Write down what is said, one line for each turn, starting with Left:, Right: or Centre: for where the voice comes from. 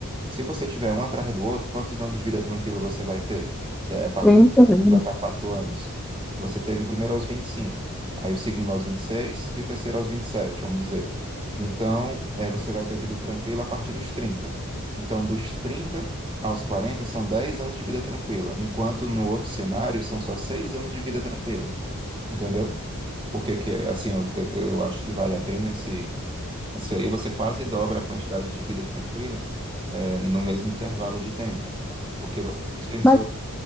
Right: Se você tiver um atrás do outro, quantos anos de vida tranquila você vai ter? Que é a partir
Centre: Eu entendo.
Right: de completar quatro anos. Você teve o primeiro aos 25, aí o segundo aos vinte e seis e o terceiro aos vinte e sete. vamos dizer. Então, eh, você vai ter vida tranquila a partir dos 30. Então, dos 30 aos 40 são 10 anos de vida tranquila, enquanto no outro cenário são só 6 anos de vida tranquila, entendeu? Porque, que, assim, eu, eu eu acho que vale a pena esse, isso aí, você quase dobra a quantidade de vida tranquila, é, no mesmo intervalo de tempo, porque você compensou,
Centre: Mas,